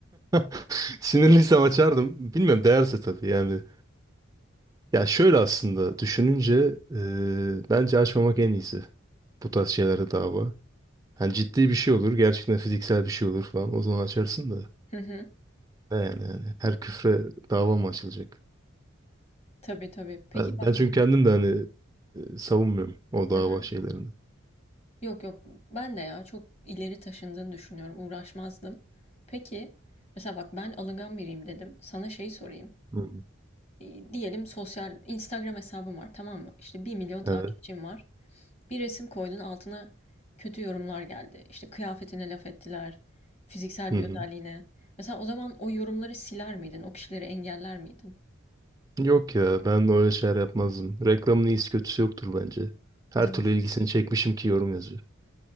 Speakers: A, on the right; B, on the left.
A: <laughs> Sinirliysem açardım. Bilmiyorum değerse tabii yani. Ya şöyle aslında düşününce e, bence açmamak en iyisi. Bu tarz şeylere dava. Hani ciddi bir şey olur. Gerçekten fiziksel bir şey olur falan. O zaman açarsın da.
B: Hı hı.
A: Ne yani yani. Her küfre dava mı açılacak?
B: Tabii tabii. Peki
A: Ben,
B: bak.
A: ben çünkü kendim de hani e, savunmuyorum o dava
B: Hı hı.
A: şeylerini.
B: Yok yok ben de ya çok ileri taşındığını düşünüyorum. Uğraşmazdım. Peki mesela bak ben alıngan biriyim dedim. Sana şeyi sorayım.
A: Hı hı.
B: e, diyelim sosyal Instagram hesabım var tamam mı? İşte bir milyon takipçim
A: Evet.
B: var. Bir resim koydun altına kötü yorumlar geldi. İşte kıyafetine laf ettiler, fiziksel
A: Hı
B: bir
A: hı.
B: özelliğine. Mesela o zaman o yorumları siler miydin? O kişileri engeller miydin?
A: Yok ya ben öyle şeyler yapmazdım. Reklamın iyisi kötüsü yoktur bence. Her
B: Diyorsun.
A: türlü ilgisini çekmişim ki yorum yazıyor.